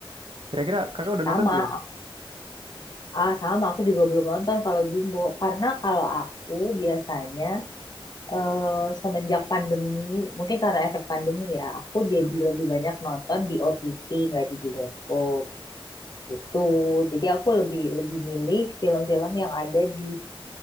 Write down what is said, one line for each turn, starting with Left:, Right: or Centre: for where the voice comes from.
Right: Kira-kira kakak udah
Left: sama,
Right: nonton belum?
Left: ah, sama aku juga belum nonton kalau Jumbo. Karena kalau aku biasanya eh, semenjak pandemi, mungkin karena efek pandemi ya, aku jadi
Right: Hmm,
Left: lebih banyak nonton di OTT, nggak di bioskop gitu. Jadi aku lebih lebih milih film-film yang ada di